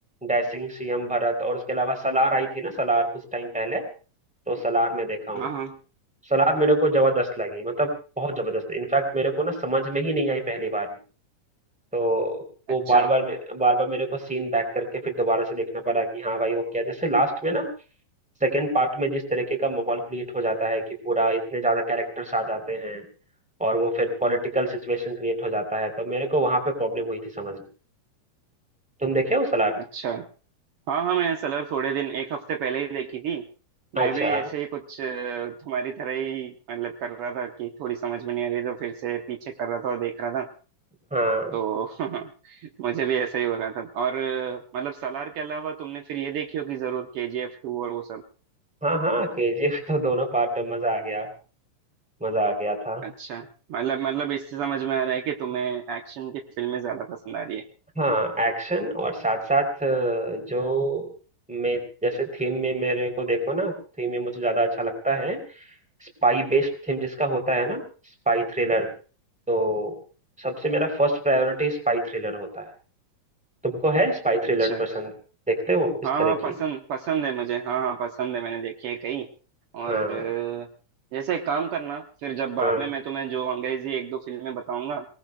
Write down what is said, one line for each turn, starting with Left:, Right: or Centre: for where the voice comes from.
Centre: डैशिंग सीएम भरत और उसके अलावा सलार आई थी ना सलार कुछ टाइम पहले तो सलार में देखा हूँ
Right: हाँ हाँ
Centre: सलार मेरे को जबरदस्त लगी मतलब बहुत जबरदस्त इनफैक्ट मेरे को ना समझ में ही नहीं आई पहली बार में तो वो
Right: अच्छा
Centre: बार बार बार बार मेरे को सीन बैक करके फिर दोबारा से देखना पड़ा कि हाँ भाई वो क्या जैसे लास्ट में ना सेकंड पार्ट में जिस तरीके का माहौल क्रिएट हो जाता है कि पूरा इतने ज्यादा कैरेक्टर्स आ जाते हैं और वो फिर पॉलिटिकल सिचुएशन क्रिएट हो जाता है तो मेरे को वहां पे प्रॉब्लम हुई थी समझ में तुम देखे हो सलार
Right: अच्छा हाँ हाँ मैं सलर थोड़े दिन एक हफ्ते पहले ही देखी थी मैं
Centre: अच्छा
Right: भी ऐसे ही कुछ अ, तुम्हारी तरह ही मतलब कर रहा था कि थोड़ी समझ में नहीं आ रही तो फिर से पीछे कर रहा था और देख रहा था
Centre: हाँ
Right: तो <laughs> मुझे भी ऐसा ही हो रहा था और अ, मतलब सलार के अलावा तुमने फिर ये देखी होगी जरूर के जी एफ टू और वो सब
Centre: हाँ हाँ केजीएफ <laughs> तो दोनों पार्ट में मजा आ गया मजा आ गया था
Right: अच्छा मतलब मतलब इससे समझ में आ रहा है कि तुम्हें एक्शन की फिल्में ज्यादा पसंद आ रही है
Centre: हाँ एक्शन और साथ साथ अ, जो मैं जैसे थीम में मेरे को देखो ना थीम में मुझे ज्यादा अच्छा लगता है स्पाई बेस्ड थीम जिसका होता है ना स्पाई थ्रिलर तो सबसे मेरा फर्स्ट प्रायोरिटी स्पाई थ्रिलर होता है तुमको है स्पाई थ्रिलर
Right: अच्छा
Centre: पसंद देखते हो इस
Right: हाँ
Centre: तरह
Right: हाँ
Centre: की
Right: पसंद पसंद है मुझे हाँ हाँ पसंद है मैंने देखी है कई और
Centre: हाँ
Right: अ, जैसे एक काम करना फिर जब बाद
Centre: हाँ
Right: में मैं तुम्हें जो अंग्रेजी एक दो फिल्में बताऊंगा